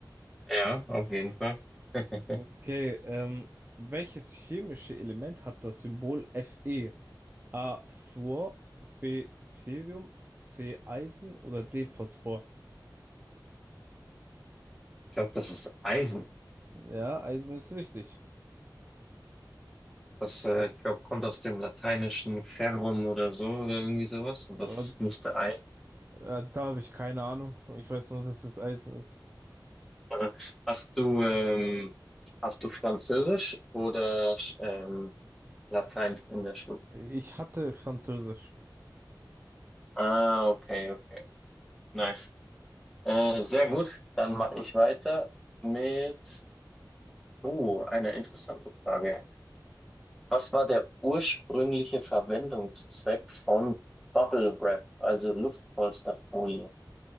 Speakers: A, in the centre; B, on the right.
A: Ja, auf jeden Fall. <laughs>
B: Okay, ähm, welches chemische Element hat das Symbol Fe? A. Fluor, B. Ferium, C. Eisen oder D. Phosphor?
A: Ich glaube, das ist Eisen.
B: Ja, Eisen ist richtig.
A: Das, äh, ich glaube, kommt aus dem lateinischen Ferrum oder so oder irgendwie sowas. Und
B: Ja,
A: das müsste Eisen
B: äh, da habe ich keine Ahnung. Ich weiß nur, dass es Eisen ist.
A: sein. Hast du, ähm, hast du Französisch oder ähm, Latein in der Schule?
B: Ich hatte Französisch.
A: Ah, okay, okay. Nice. Äh, sehr gut. Dann mache ich weiter mit uh, einer interessanten Frage. Was war der ursprüngliche Verwendungszweck von Bubble Wrap, also Luftpolsterfolie?